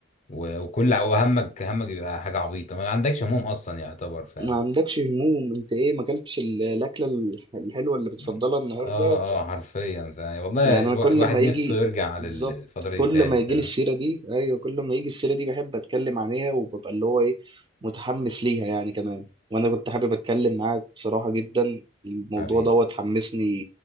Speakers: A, on the left; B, on the right.
A: و... وكل ع- وهمك همك بيبقى حاجه عبيطه ما عندكش هموم اصلا يعتبر فاهم
B: ما عندكش هموم انت ايه ما اكلتش ال- الاكله الح- الحلوه اللي بتفضلها
A: مم.
B: النهارده
A: اه اه حرفيا فاهم والله
B: يعني
A: الو...
B: انا كل
A: الواحد
B: ما
A: نفسه
B: يجي
A: يرجع للفتره
B: بالظبط
A: دي
B: كل
A: تاني
B: ما يجي
A: فاهم
B: لي السيره دي ايوه كل ما يجي السيره دي بحب اتكلم عليها وببقى اللي هو ايه متحمس ليها يعني كمان وانا كنت حابب اتكلم معاك بصراحه جدا الموضوع
A: حبيبي
B: دوت حمسني